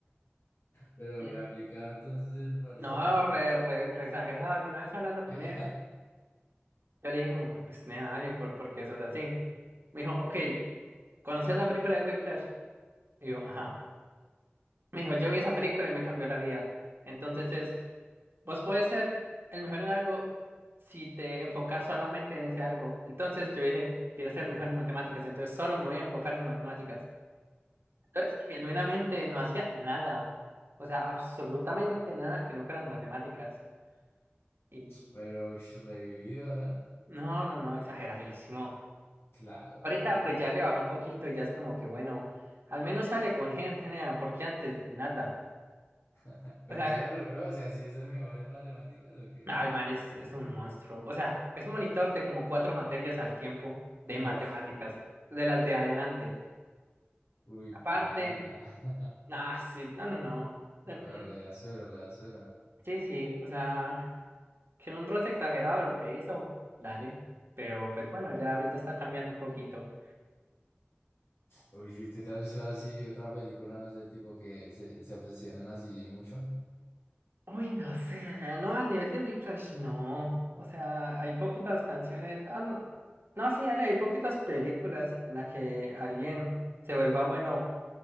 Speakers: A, on the left (about 75°); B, on the right (about 65°).
A: Pero
B: Bien.
A: reaplicado entonces el parcero,
B: No,
A: ¿no?
B: re, re- re exagerado. Y una vez hablando con
A: <laughs>
B: él, yo le dije como que, pues, Nea, dale, por, porque eso es así. Me dijo, ok, ¿conoces la película de Whiplash? Y yo, ajá. Me dijo, yo vi esa película y me cambió la vida. Entonces es, vos puedes ser el mejor en algo si te enfocas solamente en ese algo. Entonces yo dije, quiero ser el mejor en matemáticas, entonces solo me voy a enfocar en matemáticas. Entonces, genuinamente no hacía nada, o sea, absolutamente nada que no fueran matemáticas. Y
A: Pero ush, revivido, ¿no?
B: no, no, no, exageradísimo.
A: Claro,
B: Ahorita
A: weón.
B: pues ya le bajó un poquito y ya es como que bueno, al menos sale con gente, nea, porque antes nada.
A: <laughs> Pero
B: O sea,
A: sí la logró, o sea, sí es el mejor en matemáticas o qué?
B: Ah, el man es, es un monstruo. O sea, es monitor de como cuatro materias al tiempo de matemáticas,
A: Uf,
B: de las de adelante.
A: uy,
B: Aparte,
A: paila. <laughs>
B: ah, sí, no, no, no. Eh, mm,
A: Pero re azuero, re azuero.
B: Sí, sí, o sea, que un roce exagerado lo que hizo, dale. Pero pues bueno, ya ahorita está cambiando un poquito.
A: Uy, si tú te has visto así otra película, no sé, tipo que se, se obsesionan así mucho.
B: Uy, no sé, na- no, a nivel de Whiplash, no. O sea, hay poquitas canciones. ah, no. No, sí, dale, hay poquitas películas en las que alguien se vuelva bueno